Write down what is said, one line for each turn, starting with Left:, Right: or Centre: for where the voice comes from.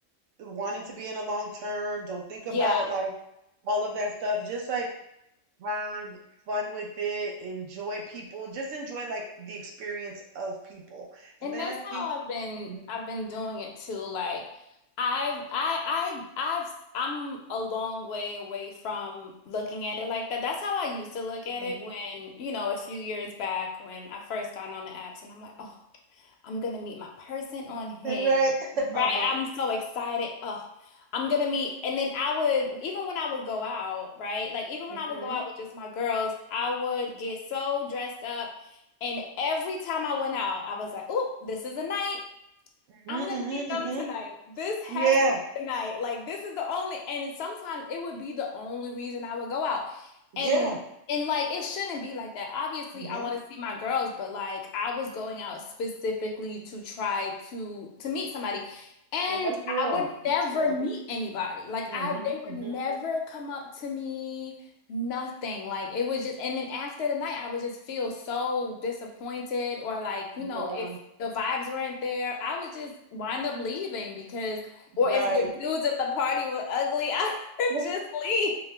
Right: wanting to be in a long term. Don't think about
Left: Yeah.
Right: like all of that stuff. Just like have fun with it, enjoy people, just enjoy like the experience of people.
Left: And
Right: And then
Left: that's
Right: I
Left: how
Right: think,
Left: I've been
Right: Mhm,
Left: I've been doing it too. Like I've I I I've I'm a long way away from looking at it like that. That's how I used to look
Right: mhm.
Left: at it when, you know, a few years back when I first got on the apps and I'm like, oh, I'm gonna meet my person on Hinge,
Right: <laughs> right? <laughs> Uh-huh.
Left: right? I'm so excited. Oh, I'm gonna meet, and then I would even when I would go out, right? Like even when
Right: Mm-hmm.
Left: I would go out with just my girls, I would get so dressed up and every time I went out, I was like, oh, this is the night.
Right: hmm
Left: I'm
Right: hmm
Left: gonna meet them
Right: hmm
Left: tonight. This has
Right: Yeah.
Left: to be tonight. Like this is the only and sometimes it would be the only reason I would go out.
Right: Yeah.
Left: And and like it shouldn't be like that. Obviously,
Right: Mm-hmm.
Left: I want to see my girls, but like I was going out specifically to try to to meet somebody. And
Right: And that's real.
Left: I would
Right: That's
Left: never
Right: real.
Left: meet anybody. Like
Right: Mm-hmm.
Left: I they
Right: Mm-hmm.
Left: would never come up to me, nothing. Like it was just and then after the night I would just feel so disappointed or like, you
Right: Yeah.
Left: know, it the vibes weren't there, I would just wind up leaving because, or
Right: Right.
Left: if the
Right: <laughs>
Left: dudes at the party were ugly, I <laughs> would
Right: Yeah.
Left: just leave.